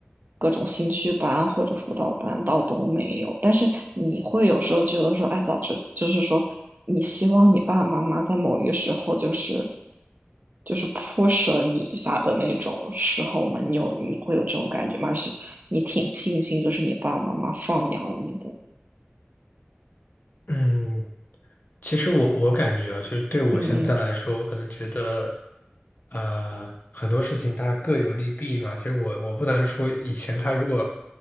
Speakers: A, on the right; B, on the left.
A: 各种兴趣班或者辅导班，倒都没有。但是你会有时候觉得说，哎，早知就是说，你希望你爸爸妈妈在某一个时候就是就是 push 了你一下的那种时候嘛，你有你会有这种感觉吗？还是你挺庆幸就是你爸爸妈妈放养你的？
B: 嗯，其实我我感觉啊，就是对我现在来说，
A: 嗯嗯
B: 我可能觉得，呃，很多事情它各有利弊嘛。其实我我不能说以前他如果